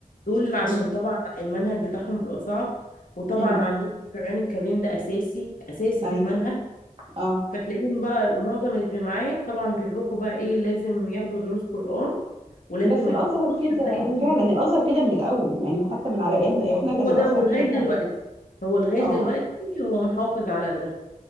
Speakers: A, on the left; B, on the right.
A: دول عشان
B: دول
A: طبعا المنهج بتاعهم بيبقى صعب وطبعا
B: امم
A: عندهم القران الكريم ده اساسي اساسي
B: ايوه
A: في المنهج
B: اه
A: فتلاقيهم بقى معظم اللي في المعاهد طبعا بيروحوا بقى ايه لازم ياخدوا دروس قرآن ولازم
B: بس الازهر
A: يحفظوا
B: كده
A: فتلاقيهم
B: فعلا الازهر كده من الاول يعني حتى من على
A: اه
B: ايامنا
A: اه
B: احنا كان
A: هو
B: الازهر
A: ده ولغاية
B: كده فعلا
A: دلوقتي هو لغاية
B: اه
A: دلوقتي هو محافظ على ده